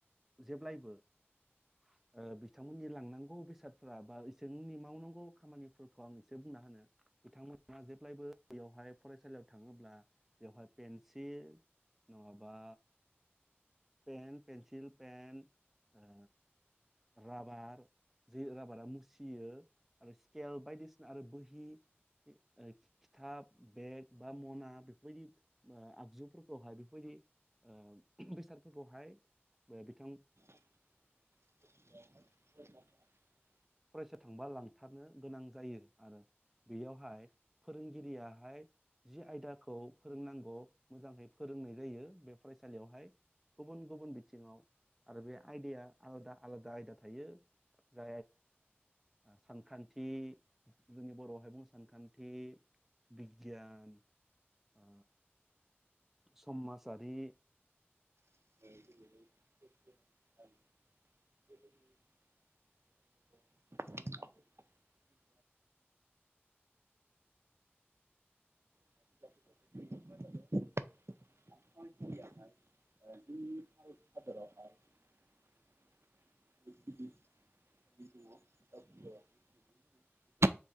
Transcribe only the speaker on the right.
<inaudible>
<inaudible> <inaudible> <inaudible>